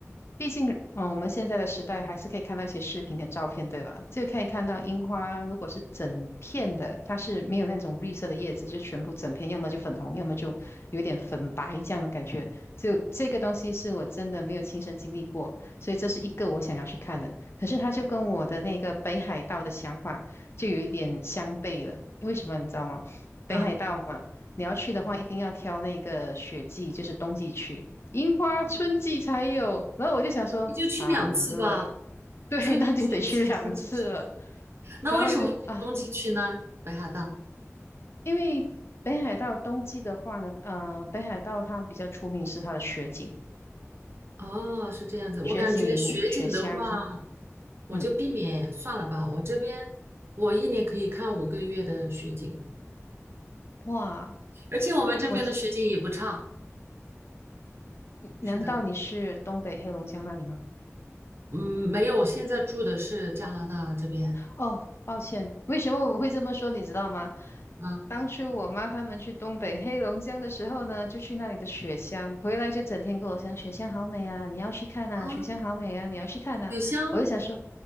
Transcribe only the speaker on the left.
毕竟，嗯，我们现在的时代还是可以看到一些视频跟照片，对吧？就可以看到樱花，如果是整片的，它是没有那种绿色的叶子，就全部整片，要么就粉红，要么就有点粉白这样的感觉。就这个东西是我真的没有亲身经历过，所以这是一个我想要去看的。可是它就跟我的那个北海道的想法就有一点相悖了，为什么你知道吗？北海道嘛，
你要去的话，一定要挑那个雪季，就是冬季去。樱花春季才有。
然后我就想说，
惨了，对，
<laughs> 那就得去两次了。
然后就啊，
因为北海道冬季的话呢，呃，北海道它比较出名是它的雪景、
雪景、雪乡。
嗯，
哇，
我，难道你是东北黑龙江那里吗？
哦，抱歉，为什么我会这么说，你知道吗？
当初我妈他们去东北黑龙江的时候呢，就去那里的雪乡，回来就整天跟我讲雪乡好美啊，你要去看呐！”“雪乡好美啊，
你要去看呐！”我就想说，